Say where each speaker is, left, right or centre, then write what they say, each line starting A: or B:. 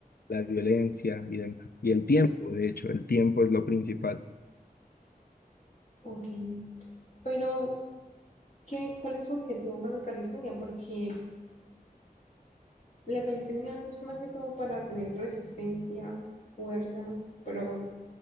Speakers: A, on the left; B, on the left.
A: la violencia y, dem- y el tiempo, de hecho, el tiempo es lo principal.
B: Ok. Pero, ¿qué, cuál es su objetivo con la calistenia? Porque La calistenia es más que todo para tener resistencia, fuerza, pero